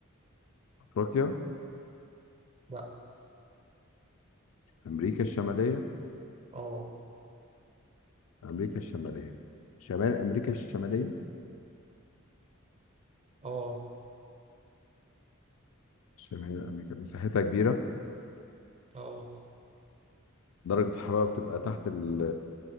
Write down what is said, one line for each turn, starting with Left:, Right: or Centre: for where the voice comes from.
Left: افريقيا
Right: لا
Left: امريكا الشماليه
Right: اه
Left: امريكا الشماليه شمال امريكا الشماليه
Right: اه
Left: شمال امريكا مساحتها كبيره
Right: اه
Left: درجه الحراره بتبقى تحت ال